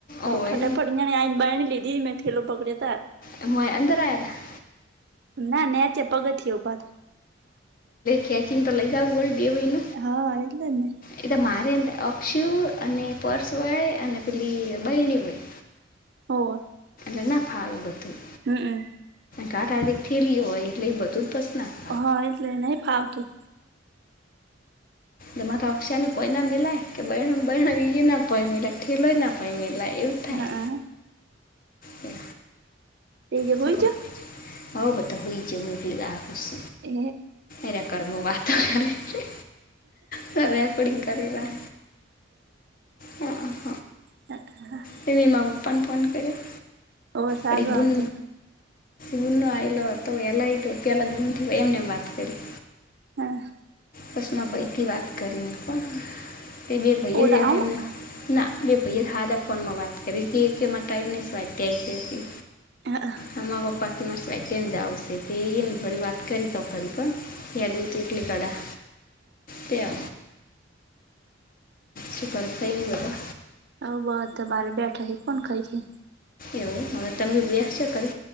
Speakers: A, on the right; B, on the left.
A: તો
B: ઓવે
A: ફટાફટ નાને આન બ લીધી મેં થેલો પકડ્યા ત
B: એ મોયા અંદર આવયા હતા.
A: ના નેચે પગથીયો ભ
B: ખેં ચિતાાલે જાવોલ ડે હોઈ ન
A: હા વાયટલે ને
B: એટલે મારી અંદર અક્ષુ અને પર્સ હોય અને પેલી બહેણી હોય.
A: હોર
B: એ ના ફાવ બધું.
A: હમ
B: ઘા ડાયરેક્ટ થેલી હોય એટલે એ બધું જ પસ નથી.
A: હા એટલે નહી ફાવ તું
B: એ મા તો અક્ષયને પોલામ મિલાાય કે બહેણ બહેણએ ના ફમીલા ેલોય ના ફ મેીલા એવું થાય.
A: હા
B: હમ
A: તે જે
B: શ
A: હોય છે
B: હ બધા હોઈ છે મ ગાહ ખુશ.
A: એ
B: એરે કરમું વાતાવરણ ર છે. સરે કોડીંગ કરવા હ
A: ત
B: તેવી મા પપ્પાને ફોન કર્યો
A: ઓ સાલું
B: વરી બૂલ
A: આવતો હતો
B: ગુ ન આલો હતો વેલા પલા જ ગૂ એમને વાત કરી.
A: હા
B: કસમા ભાઈથી વાત કરીને પણ તે બે ભાઈ
A: ઓલા
B: જ
A: આમ
B: એમને ના મેં ભૈયા હાદ ફોનમાં વાત કરી હતી કેમાં ટાઈમ નહીં વાત્યા છે હતી.
A: હ
B: હમા પપ્પાથી મસ્તાઈ તેમમ જ આવશે તેને થડી વાત કરી ત ઘડી પણ એયા દ તટલી કડા તેમ હ શક થઈન દબા
A: હ બહ ત બાર બેઠ હ કોન ખૈ છે.
B: એવું હવે તમે વ્યા છો ક